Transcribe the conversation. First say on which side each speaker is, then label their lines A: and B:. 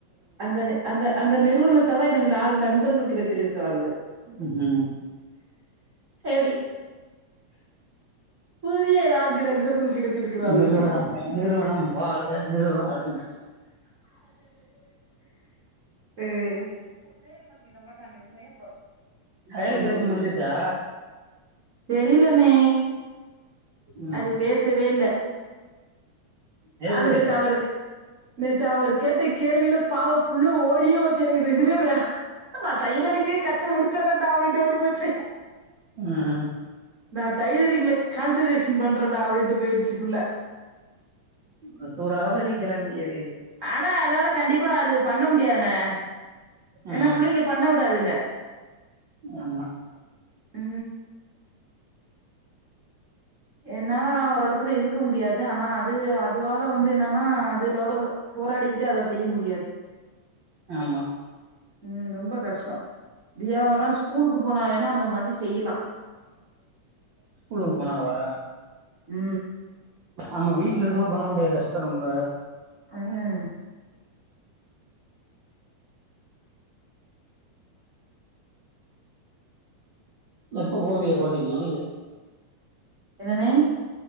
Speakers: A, on the right; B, on the right.
A: அந்தந்த அந்த அந்த நிறுவனத்தால எனக்கு நாலு நண்பர்கள் கிடைத்திருக்காளுகள்
B: ம்
A: எப்டி புதிய நான்கு நண்பர்கள் கிடைத்திருக்கிறார்கள்
B: நிறுவனம் நிறுவனம் வாழ்க நிறுவனம் வாழ்க
A: ஏ அதே
B: கயல் பேசி
A: மாரி
B: முடிச்சிருச்சா
A: தெரியலண்ணே.
B: ம்
A: அது பேசவே இல்ல.
B: பேசவே
A: அது நேத்து
B: இல்லையா
A: அவர் நேத்து அவர் கேட்ட கேள்வில பாவ புள்ள ஓடி யே போச்சு எனக்கு இந்த இதுவே வேணா நா டைலரிங்கே கத்து முடிச்சர்றே நா அப்டினுட்டு ஓடி போயிர்ச்சு.
B: ம்
A: நா டைல ரிங்ல கான்சென்ட்ரேஷ ன் பண்ற நா அப்டின்ட்டு போயிடுச்சு புள்ள
B: அ சூறாவளி கெளம்பியிரு
A: ஆனா அதால கண்டிப்பா அது பண்ண முடியாதுண்ணே ஏன்னா
B: ஆ
A: புள்ளைங்க பண்ண விடாதுங்க.
B: ஆமா
A: உ என்னால நா ஒரு எடத்துல இருக்க முடியாது ஆனா அது அதுவால அது வந்து என்னன்னா அதுலோட போராடிக்கிட்டு அத செய்ய முடியாது
B: ஆமா
A: உ ரொம்ப கஷ்டோ தியாவல்லா ஸ்கூலுக்கு போனா வேணா அந்த மாதி செய்யலா
B: ஸ்கூலுக்கு போனாவா
A: உ
B: ஆமா வீட்ல இருக்கும்போது பண்ண முடியாது கஷ்டோ ரொம்ப
A: ஆஹே
B: எப்ப போவிய கோட்டக்கி
A: என்னனே